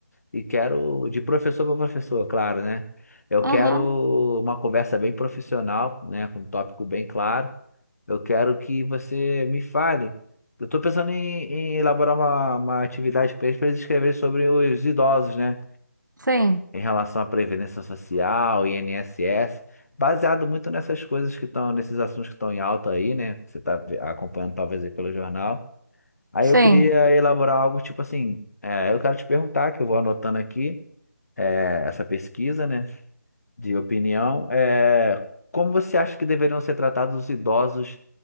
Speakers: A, on the left; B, on the right.
A: e quero, de professor para professor, claro, né? Eu
B: uhum,
A: quero uma conversa bem profissional, né? Com um tópico bem claro. Eu quero que você me fale. Eu estou pensando em, em elaborar uma, uma atividade para eles, para eles escreverem sobre os idosos, né?
B: sim,
A: Em relação à Previdência Social, INSS, baseado muito nessas coisas que estão, nesses assuntos que estão em alta aí, né? Você está acompanhando talvez aí pelo jornal. Aí
B: sim,
A: eu queria elaborar algo tipo assim, é, eu quero te perguntar, que eu vou anotando aqui é, essa pesquisa, né, de opinião, é, como você acha que deveriam ser tratados os idosos,